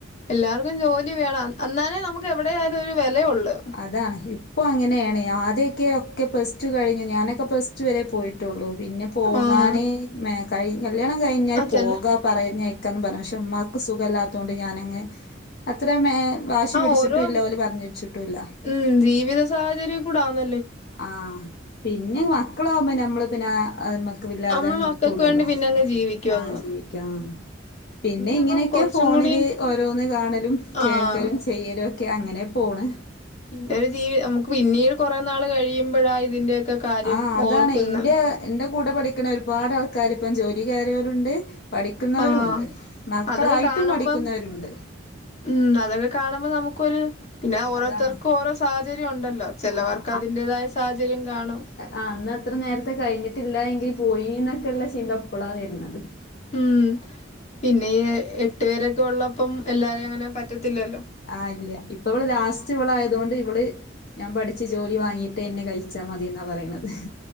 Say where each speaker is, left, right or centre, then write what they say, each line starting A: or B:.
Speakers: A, on the left (about 40°); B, on the left (about 55°).
A: എല്ലാർക്കും ജോലി വേണം എന്നാലേ നമുക്ക് എവിടെ ആയാലും ഒരു വിലയള്ളൂ
B: അതാണ് ഇപ്പൊ അങ്ങനെണ് ആദ്യയൊക്കെ ഒക്കെ കെ പ്ലസ് ഞാനൊക്കെ പ്ലസ്റ്റു വരെ പോയിട്ടുള്ളൂ പിന്നെ പോകാന്
A: ആഹ്
B: മെ കഴി കല്യാണം കഴി ഞാന്
A: ആഹ് ചെല്ല
B: പോകാ പറഞയക്കന്ന് പറഞ്ഞു പക്ഷെ ഉമ്മാക്ക് സുഖമല്ലാത് കൊണ്ട് ഞാനങ് അത്ര മെ വാശി
A: ആഹ്
B: പിടിച്ചിട്ടും
A: ഓരോ
B: ഇല്ല ഓല് പറഞ്ഞച്ചിട്ടൂല
A: ഉം ജീവിത സാഹചര്യം കൂട ആവുന്ന
B: ആഹ് പിന്നെ മക്കളാവുമ്പോ നമ്മള് പിന്നെ അ ഇല്ലാതെ
A: നമ്മള്
B: നോക്കൂലല്ലോ
A: മക്കൾക്ക് വേണ്ടി പിന്നെ അങ്ങ് ജീവിക്കും
B: ആഹ്
A: അങ്ങ്
B: ജീവിക്കാം പിന്നെ
A: നമ്മള്
B: ഇങ്ങനെയൊക്കെ
A: കുറച്ചും
B: ഫോണില്
A: കൂടി
B: ഓരോന്ന് കാണലും
A: ആഹ്
B: കേൾക്കലും ചെയ്യലൊക്കെ അങ്ങനെ പോണ്
A: പിന്ന ഒരു ജീവി നമുക്ക് പിന്നീട് കൂറെനാൾ കഴിയുമ്പോഴാ ഇതിന്റെ ഒക്കെ കാര്യം
B: ആഹ് അതാണ്
A: ഓർക്കുന്നെ
B: ഇന്റെ എന്റെ കൂടെ പഠിക്കണ ഒരുപാട് ആൾക്കാാര് ഇപ്പം ജോലി കയറിയോലുണ്ട് പഠിക്കുന്നവരുണ്ട്
A: ആഹ്
B: മക്കളായിട്ടും
A: അതൊക്കെ കാണുമ്പം
B: പഠിക്കുന്നവരുണ്ട്
A: ഉം അതൊക്കെ കാണുമ്പോൾ നമു ഒരു പിന്നെ ഓരോത്തർക്കും
B: അതാണ്
A: ഓരോ സാഹചര്യം ഉണ്ടല്ലോ ചേലവർക്ക്
B: ആഹ്
A: അതിന്റെ സാഹചര്യം കാണും
B: ആ അന്ന് അത്ര നേരത്തെ കഴിഞ്ഞിട്ടില്ല എങ്കി പോയിന്നൊക്കെള്ള ചിന്ത ഇപ്പളാ വരുന്നെ
A: ഉം പിന്നെ ഈ എട്ട് വെരൊക്കെ ഉള്ളപ്പം എല്ലാവരെയും അങ്ങനെ പറ്റത്തില്ലല്ലോ
B: ആ ഇല്ല ഇപ്പ ഇവള് ലാസ്റ്റ് ഇവള ആയതൊണ്ട് ഇവള് ഞാൻ പഠിച്ചു ജോലി വാങ്ങിയിട്ട് എന്നെ കഴിച്ചാ മതി എന്നാ പറയണത്